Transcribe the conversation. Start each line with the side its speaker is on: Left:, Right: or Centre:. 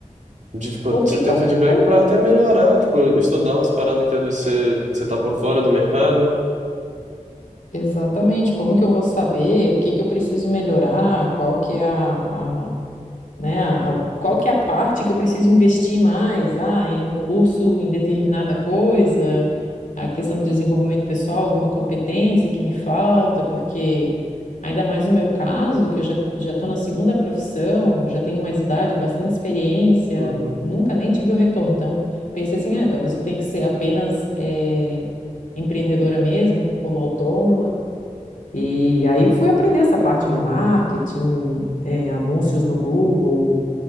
Right: De, tipo,
Left: Porque
Right: você ter
Left: co-
Right: um feedback
Left: como
Right: para
Left: que eu...
Right: até melhorar, tipo, estudar umas paradas que às vezes você, você tá por fora do mercado.
Left: Exatamente, como que eu vou saber o que que eu preciso melhorar, qual que é a, né? a- Qual que é a parte que eu preciso investir mais? Ah, é num curso em determinada coisa, a questão de desenvolvimento pessoal, alguma competência que me falta, porque ainda mais no meu caso, que eu já já estou na segunda profissão, já tenho mais idade, bastante experiência,
Right: Uhum,
Left: nunca nem tive o retorno. Então, pensei assim, ah, talvez eu tenha que ser apenas eh, empreendedora mesmo, como autônoma. E aí fui aprender essa parte
Right: uhum.
Left: do marketing, eh, anúncios no Google,